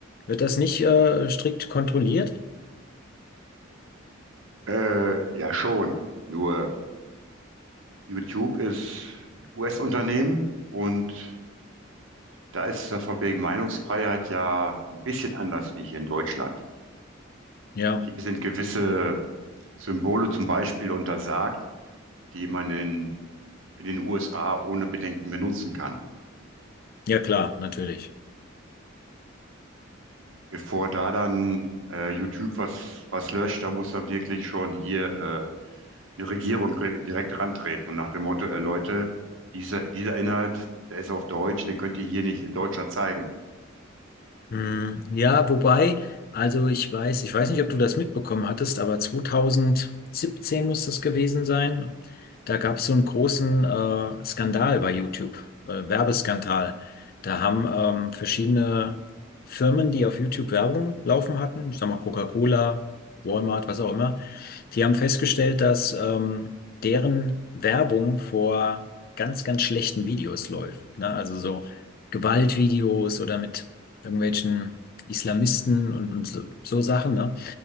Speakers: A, on the left; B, on the right.
A: wird das nicht, äh, strikt kontrolliert?
B: äh, ja schon. Nur YouTube ist ein US-Unternehmen und da ist das von wegen Meinungsfreiheit ja ein bisschen anders wie hier in Deutschland.
A: Ja.
B: Hier sind gewisse Symbole zum Beispiel untersagt, die man in, in den USA ohne Bedenken benutzen kann.
A: Ja, klar, natürlich.
B: Bevor da dann äh, YouTube was, was löscht, da muss dann wirklich schon hier äh, eine Regierung re direkt rantreten und nach dem Motto, äh, Leute, dieser, dieser Inhalt, der ist auf Deutsch, den könnt ihr hier nicht in Deutschland zeigen.
A: Hm, Ja, wobei, also ich weiß, ich weiß nicht, ob du das mitbekommen hattest, aber 2017 muss es gewesen sein. Da gab es so einen großen äh, Skandal bei YouTube, äh, Werbeskandal. Da haben ähm, verschiedene Firmen, die auf YouTube Werbung laufen hatten, ich sag mal Coca-Cola, Walmart, was auch immer, die haben festgestellt, dass ähm, deren Werbung vor ganz, ganz schlechten Videos läuft. Ne? Also so Gewaltvideos oder mit irgendwelchen Islamisten und, und so, so Sachen, ne?